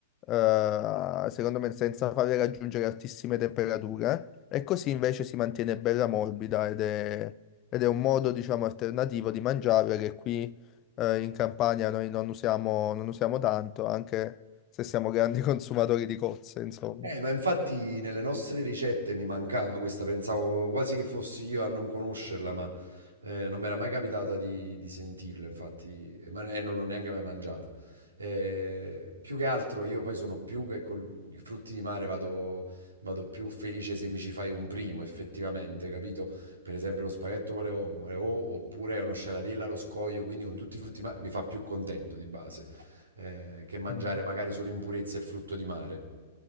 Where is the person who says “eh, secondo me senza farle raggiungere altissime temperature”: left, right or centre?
Left